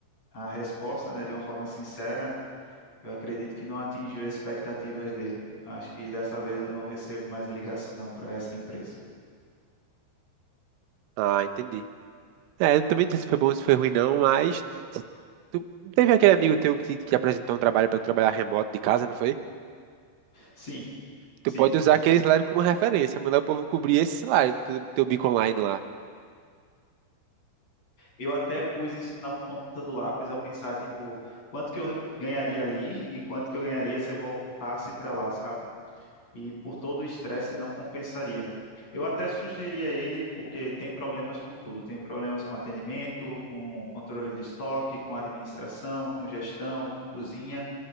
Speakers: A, on the left (about 30°); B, on the right (about 85°).
A: a resposta, né, de uma forma sincera, eu acredito que não atingiu as expectativas dele. Acho que dessa vez eu não recebo mais ligação para essa empresa.
B: Ah, entendi. É, eu também não sei se foi bom ou se foi ruim, não, mas. Tu não teve aquele amigo teu que, te- que apresentou um trabalho para trabalhar remoto de casa, não foi?
A: Sim,
B: Tu
A: sim.
B: pode usar aquele salário como referência, mandar o povo cobrir esse salário do teu, teu bico online lá.
A: Eu até pus isso na ponta do lápis ao pensar, tipo, quanto que eu ganharia ali e quanto que eu ganharia se eu voltasse para lá, sabe? E por todo o estresse não compensaria. Eu até sugeri a ele, porque tem problemas com tudo, tem problemas com atendimento, com controle de estoque, com administração, com gestão, com cozinha.